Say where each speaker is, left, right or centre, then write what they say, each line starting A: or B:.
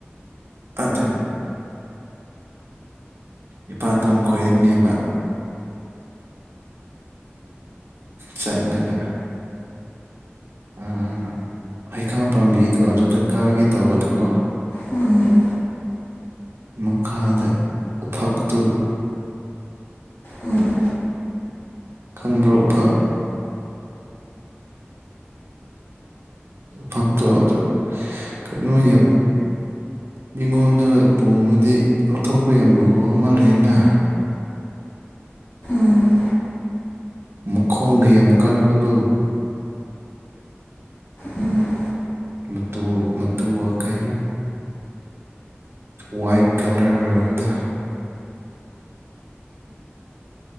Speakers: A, on the right; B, on the left.
A: ꯑꯗꯨ ꯏꯄꯥꯇꯣꯟ ꯈꯣꯏꯔꯤꯅꯦꯕ ꯆꯠꯂꯒ ꯎꯝ ꯍꯩꯈꯥ ꯄꯥꯝꯕꯤꯗꯣ ꯑꯗꯨꯗ ꯀꯥꯒꯦ ꯇꯧꯕꯗꯀꯣ
B: ꯎꯝ
A: ꯃꯈꯥꯗ ꯎꯐꯛꯇꯨ
B: ꯎꯝ
A: ꯈꯪꯕꯔꯣ ꯎꯐꯛ ꯎꯐꯛꯇꯣ ꯑꯗꯨ ꯀꯩꯅꯣ ꯌꯥꯝ ꯃꯤꯉꯣꯟꯗꯒ ꯇꯣꯡꯉꯗꯤ ꯂꯧꯊꯣꯛꯄ ꯌꯥꯝ ꯂꯨꯕ ꯑꯃ ꯂꯩꯅ
B: ꯎꯝ
A: ꯃꯈꯣꯡꯒ ꯌꯥꯝ ꯀꯟꯕꯗꯣ
B: ꯎꯝ
A: ꯃꯇꯨ ꯃꯇꯨꯒ ꯀꯩꯅꯣ ꯋꯥꯏꯠ ꯀꯂꯔ ꯑꯣꯏꯕꯗ